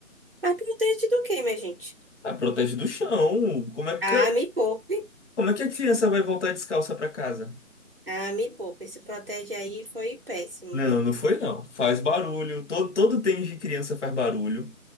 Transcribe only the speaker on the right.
Mas protege do quê, minha gente?
Ah,
me poupe.
Ah, me poupe. Esse protege aí foi péssimo.